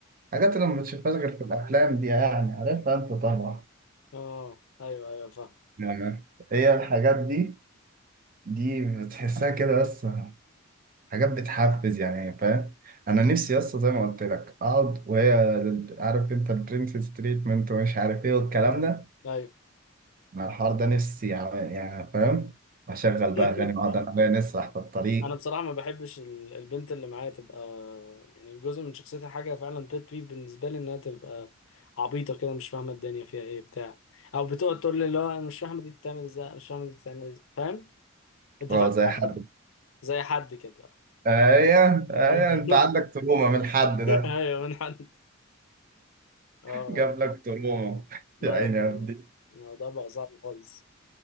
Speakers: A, on the right; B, on the left.
A: حاجات اللي ما بتشوفهاش غير في الافلام دي يعني عارفها انت طبعا
B: اه أيوه أيوه فاهم
A: يعني هي الحاجات دي دي بتحسها كده بس حاجات بتحفز يعني فاهم انا نفسي يا اسطى زي ما قلت لك اقعد وهي عارف انت البرنسس تريتمنت ومش عارف ايه والكلام ده
B: أيوه
A: انا الحوار ده نفسي يعني يعني فاهم اشغل بقى
B: <laughs>
A: اغاني واقعد انا وهي نسرح في الطريق
B: انا بصراحه ما بحبش ال- البنت اللي معايا تبقى يعني جزء من شخصيتها حاجه فعلا بيت بيف بالنسبه لي انها تبقى عبيطه كده مش فاهمه الدنيا فيها ايه بتاع او بتقعد تقول لي اللي هو انا مش فاهمه دي بتعمل ازاي مش فاهمه دي بتعمل ازاي فاهم انت
A: اه
B: فاهم
A: زي
B: <laughs>
A: حد
B: حد- زي حد كده
A: ايوه ايوه
B: <laughs>
A: انت عندك تروما من الحد ده
B: ايوه من حد
A: <laughs>
B: اه
A: جاب لك تروما <laughs>
B: لا
A: يا عيني
B: يا ابني
A: يا ابني
B: لا. الموضوع بقى صعب خالص